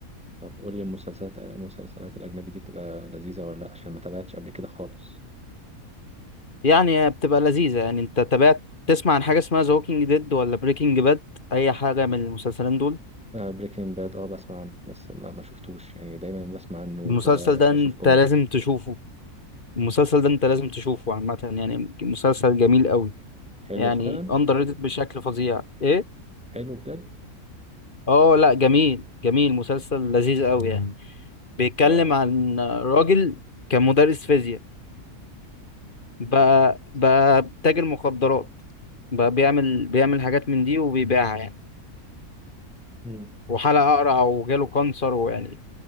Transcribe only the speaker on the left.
يعني بتبقى لذيذه يعني انت تابعت تسمع عن حاجه اسمها ذا ووكينج ديد ولا بريكنج باد اي حاجه من المسلسلين دول
المسلسل ده انت
لازم تشوفه المسلسل ده انت لازم تشوفه عامه يعني مسلسل جميل قوي
يعني
اندر ريتد بشكل فظيع ايه
اه لا جميل جميل مسلسل لذيذ قوي يعني بيتكلم
عن راجل كان مدرس فيزياء بقى بقى تاجر مخدرات بقى بيعمل بيعمل حاجات من دي وبيبيعها يعني
وحلق اقرع وجاله كانسر ويعني